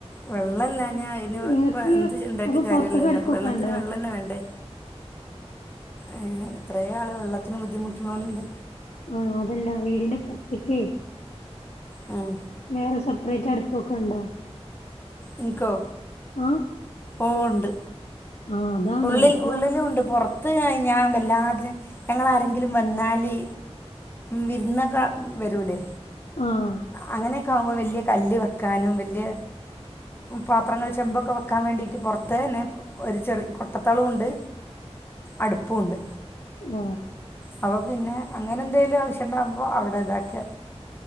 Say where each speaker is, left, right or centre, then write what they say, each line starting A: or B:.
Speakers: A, on the left; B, on the left.
A: വെള്ളല്ലാഞ്ഞ അയിന്
B: ഇങ്ങക്ക്
A: എന്ത് ഉണ്ടായിട്ട്
B: അപ്പൊ
A: കാര്യമില്ലല്ലോ
B: പൊറത്ത്ക്ക് അടുപ്പൊക്കെണ്ടോ
A: വെള്ളത്തിന് വെള്ളം തന്നെ വേണ്ടേ ഏ എത്രയോ ആള് വെള്ളത്തിന് ബുദ്ധിമുട്ടുണോല്ണ്ട്
B: ആ അതല്ല വീടിന്റെ പുറത്ത്ക്കേ
A: ഉം
B: വേറെ സെപ്പറേറ്റ് അടുപ്പൊക്കെണ്ടോ
A: ഇൻകോ
B: ആഹ്
A: ഓ ഒണ്ട്
B: ആഹ് അതാണ്
A: ഉള്ളിൽ
B: അപ്പൊ
A: ഉള്ളിലും ഉണ്ട് പുറ- ത്ത് കയിഞ്ഞ ഞാൻവല്ലാതെ ഞങ്ങള ആരെങ്കിലും വന്നാല് വിര്ന്നക്ക വരൂല്ലേ
B: ആഹ്
A: അങ്ങനെയൊക്കെ ആകുമ്പോൾ വെല്യ കല്ല് വെക്കാനും വെല്യ പാത്രങ്ങൾ ചെമ്പൊക്കെ വെക്കാൻ വേണ്ടിയിട്ട് പുറത്ത്ന്നെ ഒരു ചെറിയ കൊട്ടത്തളുണ്ട് അടുപ്പുണ്ട്
B: ഉം
A: അപ്പോ പിന്നെ അങ്ങനെ എന്തേങ്കിലും ആവശ്യം ഇണ്ടാകുമ്പോൾ അവിടെ ഇതാക്ക